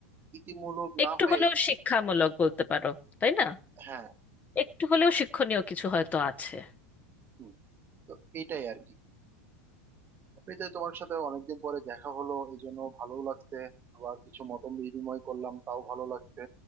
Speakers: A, on the right; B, on the left.
A: ইতিমূলক
B: একটু
A: না হয়ে
B: হলেও
A: ইতি
B: শিক্ষামূলক বলতে পারো তাই না
A: হ্যাঁ
B: একটু হলেও শিক্ষণীয় কিছু হয়তো আছে
A: হুম, তো এটাই আর কি অফিসে তোমার সাথে অনেকদিন পরে দেখা হলো এই জন্য ভালো লাগছে আবার কিছু মত বিনিময় করলাম তাও ভালো লাগছে